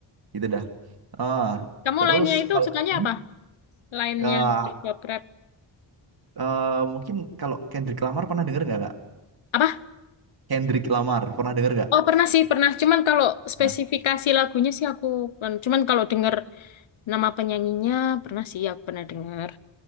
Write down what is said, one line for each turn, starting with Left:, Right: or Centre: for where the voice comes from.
Right: itu dah ah
Left: Kamu
Right: terus
Left: lainnya itu
Right: kalau
Left: sukanya
Right: hmm?
Left: apa? Lainnya
Right: Ah,
Left: hip-hop rap.
Right: eh, mungkin kalau Kendrick Lamar pernah denger nggak kak
Left: Apa?
Right: Kendrick Lamar pernah denger nggak
Left: Oh pernah sih pernah. Cuman kalau spesifikasi
Right: Nah,
Left: lagunya sih aku cuman kalau denger nama penyanyinya pernah sih aku pernah dengar.